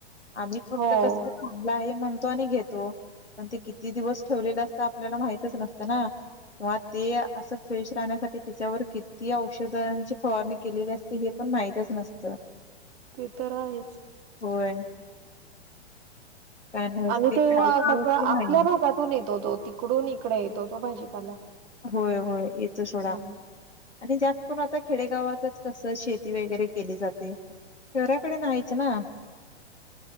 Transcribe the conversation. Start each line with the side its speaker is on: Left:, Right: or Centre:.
Left: आम्ही फक्त
Right: हो.
Left: कसं चांगलं आहे म्हणतो आणि घेतो पण ते किती दिवस ठेवलेलं असत आपल्याला माहितच नसत. त ना किंवा ते असं फ्रेश राहण्यासाठी त्याच्यावर किती औषधांची फवारणी केलेली असते हे पण माहितच नसत.
Right: ते तर आहेच.
Left: होय. काय नव्हच
Right: आणि ते
Left: खायचं
Right: सगळं आपल्या
Left: की नाही.
Right: भागातून येतोतो तिकडून इकडे येतोतो भाजीपाला
Left: होय होय येतो सोडा
Right: ह्म्म.
Left: आणि जास्त करून आता खेडेगावातच कस शेती वगैरे केली जाते शहराकडे नाहीच ना.